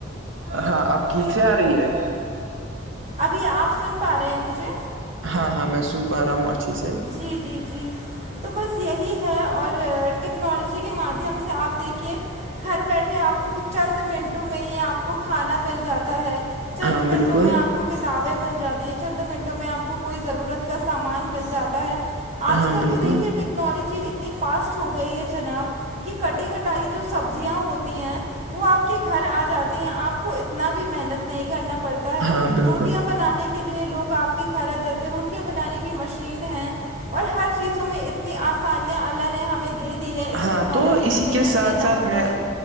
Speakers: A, on the right (about 85°); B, on the right (about 35°).
A: ہاں اب ٹھیک سے آ رہی ہے
B: ابھی آپ سن پا رہے ہیں مجھے
A: ہاں ہاں میں سن پا رہا ہوں اچھی سے
B: جی جی جی تو بس یہی ہے اور ٹیکنالوجی کے مادھیم سے آپ دیکھیے گھر بیٹھے آپ کو چند منٹوں میں ہی آپ کو کھانا مل جاتا ہے چند
A: ہاں
B: منٹوں
A: بالکل
B: میں آپ کو کتابیں مل جاتی ہیں چند منٹوں میں آپ کو کوئی ضرورت کا سامان مل جاتا ہے آج
A: ہاں
B: کل
A: بالکل
B: تو دیکھیے ٹیکنالوجی اتنی فاسٹ ہو گئی ہے جناب کہ کٹی کٹائی جو سبزیاں ہوتی ہیں وہ آپ کے گھر آ جاتی ہیں آپ کو اتنا بھی محنت نہیں کرنا پڑتی ہے
A: ہاں بالکل
B: روٹیاں بنانے کے لیے لوگ آپ کے گھر آ جاتے ہیں روٹیاں بنانے کی مشور چین ہیں اور ہر چیزوں میں اتنی آسانیاں اللہ نے ہمیں دیش دی ہے اس
A: ہاں
B: ٹیکنالوجی
A: تو اسی
B: کے نعمت
A: ساتھ
B: کے نام
A: ساتھ میں
B: پہ